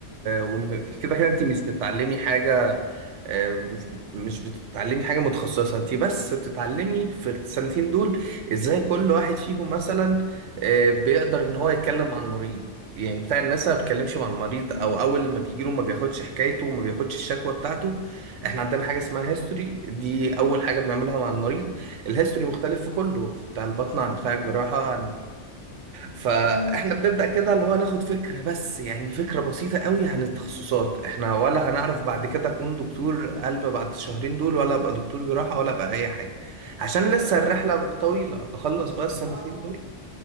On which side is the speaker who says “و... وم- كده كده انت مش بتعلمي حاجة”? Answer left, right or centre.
Right